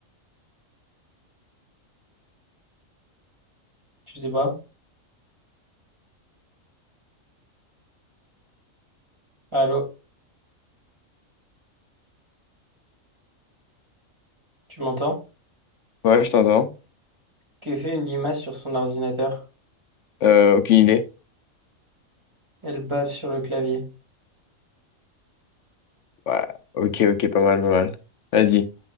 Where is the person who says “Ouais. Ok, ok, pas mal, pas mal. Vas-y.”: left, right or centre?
Left